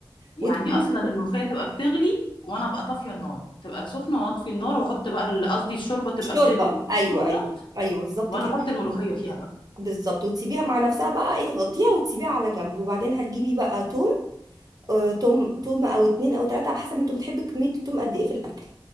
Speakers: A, on the left; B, on the right.
A: يعني
B: وتكوني
A: اصلا الملوخيه تبقى بتغلي وانا ابقى طافيه النار تبقى سخنه وانا اطفي النار واحط بقى ال- قصدي الشوربه تبقى
B: الشوربة
A: بتغلي وسخنه
B: ايوه ايوه ايوه بالظبط
A: وانا
B: كده
A: احط الملوخيه فيها بقى
B: بالظبط وتسيبيها مع نفسها بقى ايه تغطيها وتسيبيها على جنب وبعدين هتجيبي بقى توم آه، توم تومة أو اتنين أو تلاتة على حسب انتوا بتحبوا كمية التوم قد ايه في الأكل